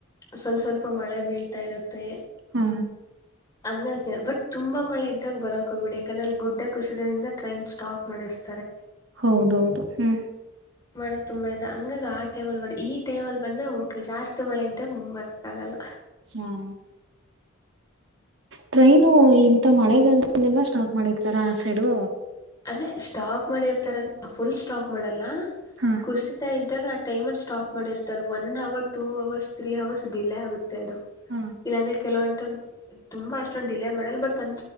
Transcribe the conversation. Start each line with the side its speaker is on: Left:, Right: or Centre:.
Left: ಸ್ವಲ್ ಸ್ವಲ್ಪ ಮಳೆ ಬೀಳ್ತಾ ಇರುತ್ತೆ.
Right: ಹ್ಮ
Left: ಹಂಗಾಗಿ ಬಟ್ ತುಂಬಾ ಮಳೆ ಇದ್ದಾಗ ಬರಕ್ ಹೋಬೇಡಿ ಯಾಕಂದ್ರೆ ಅಲ್ಲಿ ಗುಡ್ಡ ಕುಸಿದ್ರಿಂದ ಟ್ರೈನ್ ಸ್ಟಾಪ್ ಮಾಡಿರ್ತ
Right: ಹೌದೌದು ಹ್ಮ್
Left: ಮಳೆ ತುಂಬಾ ಇದೆ ಹಂಗಾಗ ಆ ಟೈಮಲ್ ಬನ್ನಿ ಈ ಟೈಮಲ್ ಬಂದ್ರೆ ಓಕೆ ಜಾಸ್ತಿ ಮಳೆ ಇದ್ದಾಗ ಹ್ಮ್ಮ್ ಬರಕ್ ಆಗಲ್ಲ.
Right: ಹ್ಮ್ಮ್ ಟ್ರೈನು ಹಿಂತಾ ಮಳೆಗಾಲದಲ್ಲೆಲ್ಲ ಸ್ಟಾಪ ಮಾಡಿರ್ತಾರ ಆ ಸೈಡು.
Left: ಅಂದೇ ಸ್ಟಾಪ ಮಾಡಿರ್ತಾರಂದ ಫುಲ್ ಸ್ಟಾಪ್ ಮಾಡಲ್ಲ.
Right: ಹಾ
Left: ಕುಸಿತಾ ಇದ್ದಾಗ ಆ ಟೈಮಲ್ಲಿ ಸ್ಟಾಪ್ ಮಾಡಿರ್ತಾರೆ one hour two hours three hours delay ಆಗುತ್ತೆ ಅದು
Right: ಹಾ
Left: ಇಲ್ಲಾಂದ್ರೆ ಕೆಲವೊ ುಾ ಅ ಡಿಲೇ ಮಾಡ ಬಟ್ ಅ